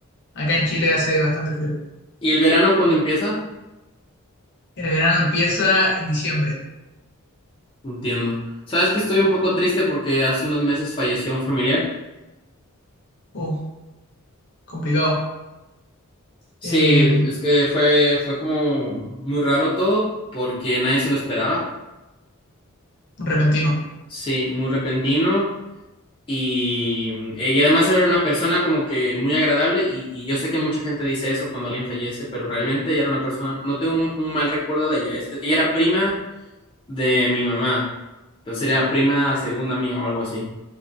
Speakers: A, on the left; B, on the left.
A: acá en Chile hace bastante frío.
B: ¿Y el verano cuándo empieza?
A: El verano empieza en diciembre.
B: Entiendo. Sabes que estoy un poco triste porque hace unos meses falleció un familiar.
A: Uh, complicado.
B: Sí,
A: Eh,
B: es que fue, fue como muy raro todo porque nadie se lo esperaba.
A: repentino.
B: Sí, muy repentino. Y, mm, y además era una persona como que muy agradable y, y yo sé que mucha gente dice eso cuando alguien fallece, pero realmente ella era una persona, no tengo un, un mal recuerdo de ella. Este- ella era prima de mi mamá, entonces era prima segunda mía o algo así.